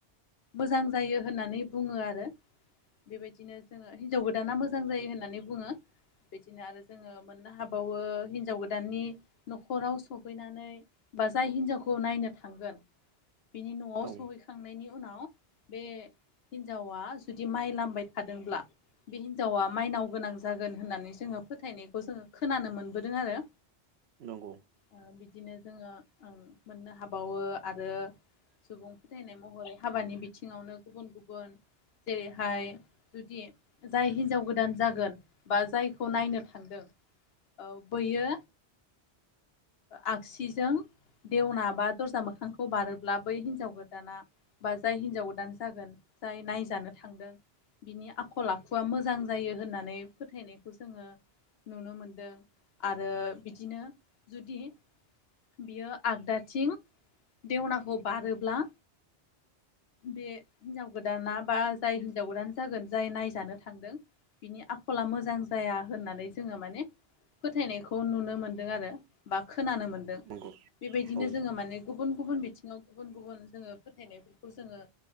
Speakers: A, on the left; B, on the right.
A: मोजां जायो होननानै बुंङो आरो। बेबायदिनो जोंङो हिन्जाव गोदाना मोजां जायो होननानै बुङो बेदिनो आरो जोङो मोननो हाबावो हिनजाव गोदाननि न'खराव सहैनानै बा जाय हिनजावखौ नायनो थांगोन बिनि न'आव
B: औ
A: सहैखा खांनायनि उनाव बे हिनजावा जुदि माइ लामबाय थादोंब्ला <unintelligible> हिन्जावा माइनाव गोनां जागोन होननानै जोंङो फोथायनायखौ जोंङो खोनानो मोनबोदों आरो।
B: नंगौ।
A: ओ बिदिनो जोंङो मोननो हाबावो आरो सुबुं फोथायनाय महरै हाबानि बिथिंङावनो गुबुन गुबुन जेरैहाय जुदि जाय हिनजाव गोदान जागोन बा जायखौ नायनो थांदों औ बोयो आगसिजों देवना बा दरजा मोखांखौ बारोब्ला बै हिनजाव गोदाना बा जाय हिनजाव गोदान जागोन जाय नायजानो थांदों बिनि आखल आखुआ मोजां जायो होननानै फोथायनायखौ जोङो नुनो मोनदों। आरो बिदिनो जुदि बियो आगदाथिं देवनाखौ बारोब्ला बे हिनजाव गोदाना बा जाय हिनजाव गोदान जागोन जाय नायजानो थांदों बिनि आखला मोजां जाया होननानै जोङो माने फोथायनायखौ नुनो मोनदों आरो बा खोनानो मोनदों।
B: नंगौ।
A: बेबायदिनो
B: औ
A: जोङो माने गुबुन गुबुन बिथिङाव गुबुन गुबुन जोङो फोथायनायफोरखौ जोङो